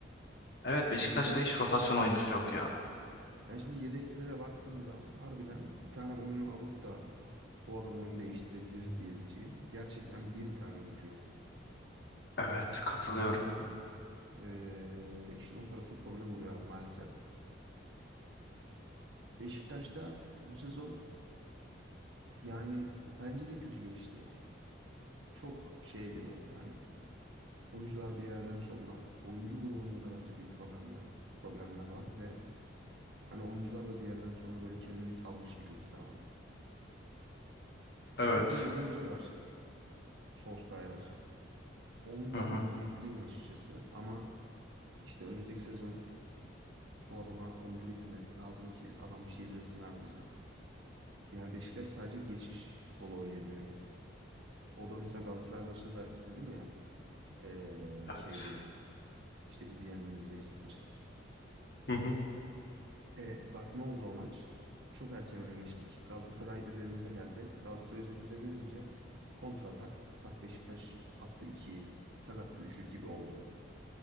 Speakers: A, on the left; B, on the right.
A: Evet Beşiktaş'ta
B: O yüzden
A: hiç rotasyon oyuncusu yok ya.
B: yani şimdi yedeklere baktığında harbiden bir tane oyunu alıp da bu adam oyunu değiştirebilir diyebileceğim gerçekten bir tane oyuncu yok.
A: Evet katılıyorum.
B: O yüzden eee, işin o tarafı problem oluyor abi maalesef. Beşiktaş'ta bu sezon yani bence de kötü geçti. Çok şeydi böyle hani oyuncular bir yerden sonra oyuncu grubunda da bence bir problemler problemler var ve Hani oyuncular da bir yerden sonra böyle kendini salmış gibiydi tamamen.
A: Evet.
B: Şimdi bu yeni hoca var. Solskjaer. Ondan
A: Hı hı.
B: ümitliyim açıkçası ama işte önümüzdeki sezon bu adama oyuncu getirmek lazım ki adam bir şey izletsin abi bize. Yani Beşiktaş sadece geçiş futbolu oynayabiliyor. O da mesela Galatasaray maçında dedin ya eee,
A: Evet.
B: şey diye işte bizi yendiniz beş sıfır.
A: Hı hı.
B: E, bak ne oldu o maç? Çok erken öne geçtik. Galatasaray üzerimize geldi. Galatasaray üzerimize gelince kontra atak. Tak Beşiktaş attı 2'yi. Tak attı 3'ü gibi oldu.